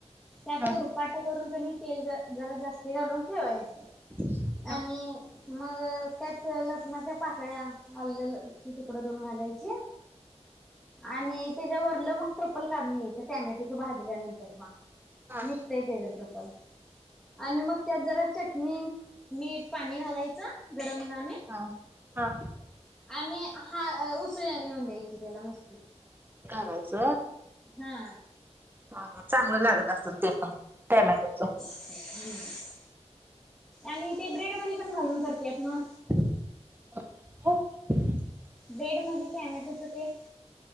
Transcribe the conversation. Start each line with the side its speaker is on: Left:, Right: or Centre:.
Centre: त्यात
Right: ह
Centre: उरपाट करून कनी तेल जरा जास्त घालून ठेवायचं.
Right: <inaudible>
Centre: आणि मग त्यात लसणाच्या पाकळ्या आल्ल लसूण तुकड दोन घालायच. आणि त्याच्या वरल मग ट्रप्पल काढून घ्यायच टॅमॅटोच भाजल्यानंतर मग
Right: हा
Centre: ते त्याचे त्रपल आणि मग त्यात जरा चटणी, मीठ, पाणी घालाय च गरंगाने
Right: हा, हा,
Centre: आणि हा उसळा नेऊन द्यायची त्याला नुसती.
Right: ह्याच
Centre: हा
Right: हा चांगलं लागत असल ते पण टोमॅटो च.
Centre: ब <inaudible> आणि ते ब्रेड मध्ये पण घालून करते ना?
Right: <inaudible>
Centre: ब्रेड मध्ये टोमॅटोचं ते